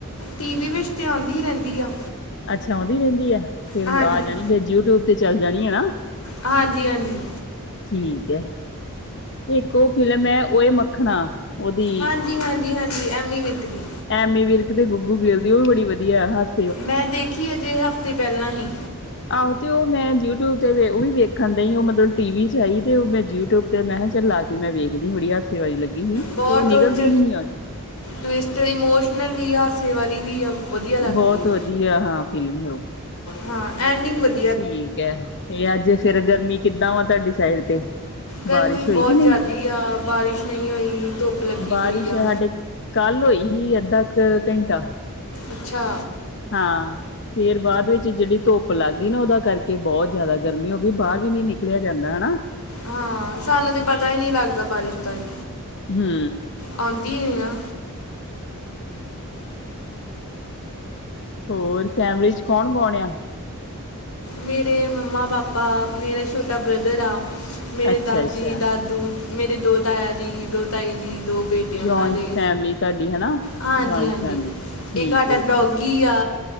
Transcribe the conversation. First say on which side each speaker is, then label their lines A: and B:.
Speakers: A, on the left (about 75°); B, on the left (about 55°).
A: ਟੀ ਵੀ ਵਿੱਚ ਤੇ ਆਂਦੀ ਈ ਰੈੰਦੀ ਆ।
B: ਅੱਛਾ ਔੰਦੀ ਰੈੰਦੀ ਐ, ਫੇਰ
A: ਹਾਂਜੀ
B: ਆ ਜਾਣੀ ਫੇ ਯੂਟਊਬ ਤੇ ਚੱਲ ਜਾਣੀ ਏ ਨਾ।
A: ਹਾਂਜੀ-ਹਾਂਜੀ।
B: ਠੀਕ ਐ। ਇੱਕ ਉਹ ਫਿਲਮ ਏ ਓਏ ਮੱਖਣਾ। ਉਹਦੀ
A: ਹਾਂਜੀ ਹਾਂਜੀ ਹਾਂਜੀ ਐਮੀ ਵਿਰਕ ਦੀ।
B: ਐਮੀ ਵਿਰਕ ਤੇ ਗੱਗੂ ਗਿੱਲ ਦੀ ਉਹ ਵੀ ਬੜੀ ਵਧੀਆ ਹਸ
A: ਮੈਂ ਦੇਖੀ ਹਜੇ ਹਫ਼ਤੇ ਪਹਿਲਾਂ ਹੀ।
B: ਆਹੋ ਤੇ ਉਹ ਮੈਂ ਯੂਟਊਬ ਤੇ ਵੇ ਉਹ ਵੀ ਵੇਖਣ ਦਹੀ ਉਹ ਮਤਲਬ ਟੀ ਵੀ ਚ ਆਈ ਤੇ ਮੈ ਯੂਟਊਬ ਤੇ ਮੈਂ ਖੈ ਚਲ ਲਾ ਮੈਂ ਵੇਖਦੀ ਬੜੀ ਹਾਸੇ ਵਾਲੀ ਲੱਗੀ ਹੀ,
A: ਬਹੁਤ
B: ਤੇ ਉਹ ਨਿਕਲਦੀ
A: ਉੱਚ
B: ਨੀ ਹੀ ਅੱਜ।
A: ਟਵਿਸਟ ਇਮੋਸ਼ਨਲ ਵੀ ਆ ਹਾਸੇ ਵਾਲੀ ਵੀ ਆ। ਵਧੀਆ ਲੱਗਦੀ
B: ਬਹੁਤ
A: ਆ
B: ਵਧੀਆ ਹਾਂ ਫਿਲਮ ਉਹ।
A: ਹਾਂ ਐਂਡਿੰਗ ਵਧੀ
B: ਠੀਕ ਹੈ, ਤੇ ਅੱਜ ਫੇਰ ਗਰਮੀ ਕਿੱਦਾਂ ਵਾ ਤਾਡੀ ਸਾਈਡ ਤੇ?
A: ਗਰਮੀ
B: ਬਾਰਿਸ਼ ਹੋਈ
A: ਬੌਤ
B: ਕਿ ਨਹੀਂ
A: ਜਾਦੀ ਆ, ਬਾਰਿਸ਼ ਨਹੀਂ ਹੋਈ, ਧੁੱਪ ਲੱਗੀ
B: ਬਾਰਿਸ਼
A: ਪਈ ਆ।
B: ਸਾਡੇ ਕੱਲ ਹੋਈ ਹੀ ਅੱਧਾ ਕ ਘੈੰਟਾ।
A: ਅੱਛਾ।
B: ਹਾਂ। ਫੇਰ ਬਾਦ ਵਿੱਚ ਜੇੜੀ ਧੁੱਪ ਲੱਗ ਗੀ ਨਾ ਓਦਾ ਕਰਕੇ ਬੌਤ ਜੈਦਾ ਗਰਮੀ ਹੋ ਗਈ ਬਾਰ ਵੀ ਨੀ ਨਿਕਲਿਆ ਜਾਂਦਾ, ਹੈਨਾ।
A: ਹਾਂ, ਸਾਨੂੰ ਤੇ ਪਤਾ ਹੀ ਨੀ ਲੱਗਦਾ ਬਾਰਿਸ਼ ਦਾ ਵੀ।
B: ਹੂੰ।
A: ਔੰਦੀ ਹੁਈ ਨਾ
B: ਹੋਰ, ਫੈਮਿਲੀ ਚ ਕੌਣ ਕੌਣ ਆ?
A: ਮੇਰੇ ਮੰਮਾ-ਪਾਪਾ, ਮੇਰਾ ਛੋਟਾ ਬ੍ਰਦਰ ਆ, ਮੇਰੇ
B: ਅੱਛਾ
A: ਦਾਦੀ-ਦਾਦੂ
B: ਅੱਛਾ
A: ਮੇਰੇ ਦੋ ਤਾਇਆ ਜੀ ਦੋ ਤਾਈ ਜੀ ਦੋ ਬੇਟੇ
B: ਜੁਆਇੰਟ
A: ਓਨਾਂ ਦੇ।
B: ਫੈਮਿਲੀ ਤੁਹਾਡੀ ਹਨਾ
A: ਹਾਂਜੀ,
B: ਜੁਆਇੰਟ
A: ਹਾਂਜੀ।
B: ਫੈਮਿਲੀ ਠੀਕ
A: ਇਕ ਹਾਡਾ
B: ਹੈ ਜੀ
A: ਡੋਗੀ ਆ।